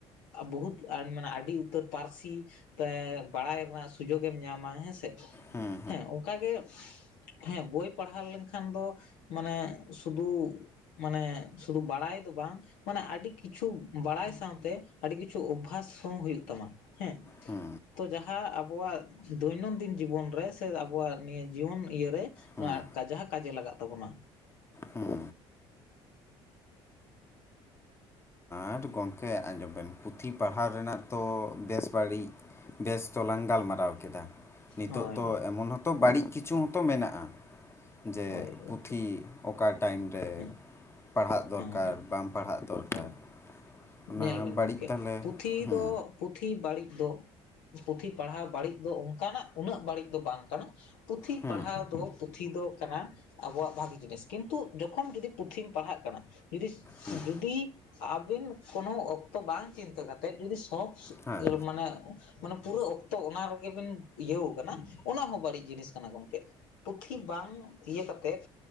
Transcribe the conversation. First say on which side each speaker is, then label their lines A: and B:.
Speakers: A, on the left; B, on the left.
A: ᱵᱚᱦᱩᱛ ᱢᱟᱱᱮ ᱟᱹᱰᱤ ᱩᱛᱟᱹᱨ ᱯᱟᱹᱨᱥᱤᱱ ᱛᱟᱭ ᱵᱟᱲᱟᱭ ᱨᱮᱱᱟᱜ ᱥᱩᱡᱳᱜᱽ ᱧᱟᱢᱟ ᱦᱮᱸᱥᱮ ᱾
B: ᱦᱩᱸ
A: ᱦᱮᱸ ᱚᱱᱠᱟᱜᱮ, ᱦᱮᱸ ᱵᱳᱭ ᱯᱟᱲᱦᱟᱣ ᱞᱮᱱᱠᱷᱟᱱ ᱫᱚ ᱢᱟᱱᱮ ᱥᱩᱫᱩ ᱢᱟᱱᱮ ᱥᱩᱫᱩ ᱵᱟᱲᱟᱭ ᱫᱚ ᱵᱟᱝ᱾ ᱢᱟᱱᱮ ᱟᱰᱤ ᱠᱤᱪᱷᱩ ᱵᱟᱲᱟᱭ ᱥᱟᱶᱛᱮ ᱟᱹᱰᱤ ᱠᱤᱪᱷᱩ ᱚᱵᱽᱵᱷᱟᱥ ᱦᱚᱸ ᱦᱩᱭᱩᱜ ᱛᱟᱢᱟ ᱾ ᱦᱮᱸ
B: ᱦᱩᱸ ᱦᱩᱸ
A: ᱛᱚ ᱡᱟᱦᱟᱸ ᱟᱵᱚᱣᱟᱜ ᱫᱷᱳᱭᱱᱳᱱᱫᱤᱱ ᱡᱤᱵᱚᱱ ᱨᱮ ᱥᱮ ᱟᱵᱚᱣᱟᱜ ᱱᱤᱭᱟᱹ ᱡᱤᱭᱚᱱ ᱤᱭᱟᱹᱨᱮ ᱾
B: ᱦᱩᱸ
A: ᱚᱱᱟ ᱠᱟᱡᱟ ᱠᱟᱡᱮ ᱞᱟᱜᱟᱜ ᱛᱟᱵᱚᱱᱟ ᱾
B: ᱦᱩᱸ ᱟᱸᱴ ᱜᱚᱝᱠᱮ ᱟᱸᱡᱚᱢ ᱵᱮᱱ ᱯᱩᱛᱷᱤ ᱯᱟᱲᱦᱟᱣ ᱨᱮᱱᱟᱜ ᱛᱚ ᱵᱮᱥ ᱵᱟᱹᱲᱤᱡ, ᱵᱮᱥ ᱛᱚᱞᱟᱝ ᱜᱟᱞᱢᱟᱨᱟᱣ ᱠᱮᱫᱟ ᱾ ᱱᱤᱛᱚᱜ
A: ᱦᱳᱭ
B: ᱛᱚ ᱮᱢᱚᱱ ᱦᱚᱛᱚ ᱵᱟᱹᱲᱤᱡ ᱠᱤᱪᱷᱩ ᱦᱛᱚ ᱢᱮᱱᱟᱜᱼᱟ ᱾ ᱡᱮ
A: ᱦᱳᱭ ᱦᱳᱭ
B: ᱯᱩᱛᱷᱤ, ᱚᱠᱟ ᱴᱟᱭᱤᱢ ᱨᱮ
A: ᱦᱮᱸ
B: ᱯᱟᱲᱦᱟᱜ ᱫᱚᱨᱠᱟᱨ,
A: ᱦᱮᱸ ᱦᱮᱸ
B: ᱵᱟᱢ ᱯᱟᱲᱦᱟᱜ ᱫᱚᱨᱠᱟᱨ,
A: ᱦᱳᱭ
B: ᱚᱱᱟ
A: ᱧᱮᱞ ᱵᱮᱱ
B: ᱵᱟᱹᱲᱤᱡ
A: ᱜᱚᱝᱠᱮ
B: ᱛᱟᱦᱚᱞᱮ
A: ᱯᱩᱛᱷᱤ
B: ᱦᱮᱸ
A: ᱫᱚ ᱯᱩᱛᱷᱤ ᱵᱟᱹᱲᱤᱡ ᱫᱚ, ᱯᱩᱛᱷᱤ ᱯᱟᱲᱦᱟᱣ ᱵᱟᱹᱲᱤᱡ ᱫᱚ ᱚᱱᱠᱟᱱᱟᱜ ᱩᱱᱟᱹᱜ ᱵᱟᱹᱲᱤᱡ ᱫᱚ ᱵᱟᱝ ᱠᱟᱱᱟ ᱾ ᱯᱩᱛᱷᱤ
B: ᱦᱮᱸ
A: ᱯᱟᱲᱦᱟᱣ ᱫᱚ ᱯᱩᱛᱷᱤ ᱫᱚ ᱠᱟᱱᱟ ᱾ ᱟᱵᱚᱣᱟᱜ ᱵᱷᱟᱜᱤ ᱡᱤᱱᱤᱥ, ᱠᱤᱱᱛᱩ ᱡᱚᱠᱷᱚᱱ ᱡᱩᱫᱤ ᱯᱩᱛᱷᱤᱢ ᱯᱟᱲᱦᱟᱜ ᱠᱟᱱᱟ ᱾ ᱡᱩᱫᱤ
B: ᱦᱮᱸ
A: ᱡᱩᱫᱤ ᱟᱵᱮᱱ ᱠᱳᱱᱳ ᱚᱠᱛᱚ ᱵᱟᱝ ᱪᱤᱱᱛᱟᱹ ᱠᱟᱛᱮᱫ ᱡᱩᱫᱤ ᱥᱚᱠᱥ
B: ᱦᱮᱸ
A: ᱢᱟᱱᱮ ᱾ ᱢᱟᱱᱮ ᱯᱩᱨᱟᱹ ᱚᱠᱛᱚ ᱚᱱᱟ ᱨᱮᱜᱮᱵᱤᱱ ᱤᱭᱟᱹᱣ ᱠᱟᱱᱟ ᱾ ᱚᱱᱟ ᱦᱚᱸᱚᱸ ᱵᱟᱹᱲᱤᱡ ᱡᱤᱱᱤᱥ ᱠᱟᱱᱟ ᱜᱚᱝᱠᱮ ᱾ ᱯᱩᱛᱷᱤ ᱵᱟᱝ ᱤᱭᱟᱹ ᱠᱟᱛᱮᱫ